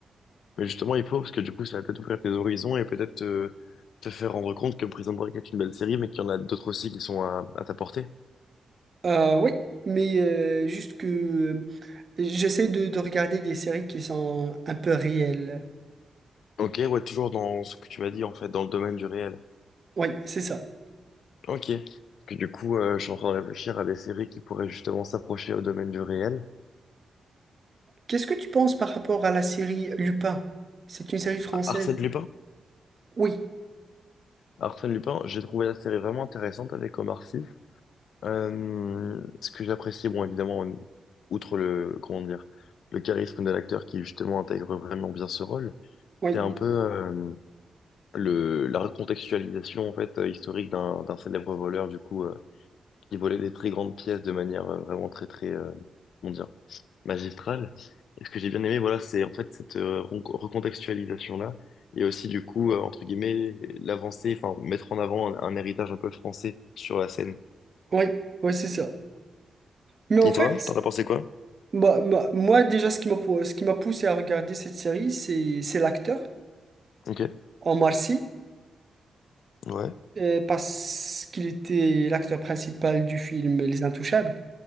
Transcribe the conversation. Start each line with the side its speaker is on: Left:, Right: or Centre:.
Left: Mais justement, il faut, parce que du coup, ça va peut-être ouvrir tes horizons et peut-être te, te faire rendre compte que Prison Break est une belle série, mais qu'il y en a d'autres aussi qui sont à, à ta portée.
Right: Euh, oui, mais euh, juste que euh, j'essaie de, de regarder des séries qui sont un peu réelles.
Left: Ok, ouais, toujours dans ce que tu m'as dit, en fait, dans le domaine du réel.
Right: Oui, c'est ça.
Left: Ok. Parce que du coup, euh, je suis en train de réfléchir à des séries qui pourraient justement s'approcher au domaine du réel.
Right: Qu'est-ce que tu penses par rapport à la série Lupin? C'est une série française.
Left: Ar- Arsène Lupin?
Right: Oui,
Left: Arsène Lupin, j'ai trouvé la série vraiment intéressante avec Omar Sy. Euh, ce que j'apprécie, bon, évidemment, outre le, comment dire, le charisme de l'acteur qui justement intègre vraiment bien ce rôle,
Right: oui,
Left: c'est un peu euh, le, la recontextualisation en fait euh, historique d'un d'un célèbre voleur du coup euh, qui volait des très grandes pièces de manière euh, vraiment très très euh, comment dire magistrale. Et ce que j'ai bien aimé, voilà, c'est en fait cette euh, recon- recontextualisation-là et aussi du coup euh, entre guillemets l'avancée, enfin mettre en avant un un héritage un peu français sur la scène.
Right: oui, oui, c'est ça. Mais en
Left: Et
Right: fait,
Left: toi, t'en as pensé quoi?
Right: bah, bah, moi déjà, ce qui m'a, pou- ce qui m'a poussé à regarder cette série, c'est c'est l'acteur,
Left: Ok.
Right: Omar Sy.
Left: Ouais.
Right: euh, parce qu'il était l'acteur principal du film Les Intouchables.